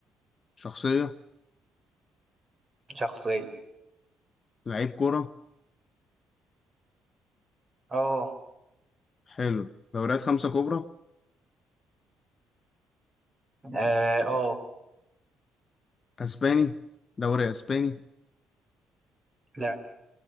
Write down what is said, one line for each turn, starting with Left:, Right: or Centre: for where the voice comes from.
Left: شخصية
Right: شخصية
Left: لعيب كورة
Right: اه
Left: حلو دوريات خمسة كبرى
Right: اه آه.
Left: أسباني دوري أسباني
Right: لا